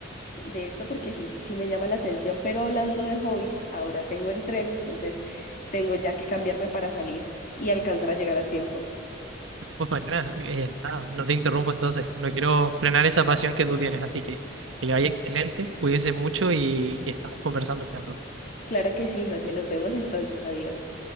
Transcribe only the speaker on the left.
de esto porque sí, sí me llama la atención, pero hablando de hobbies, ahora tengo entreno, entonces tengo ya que cambiarme para salir y alcanzar a llegar a tiempo.
Claro que sí, José, nos vemos entonces, adiós.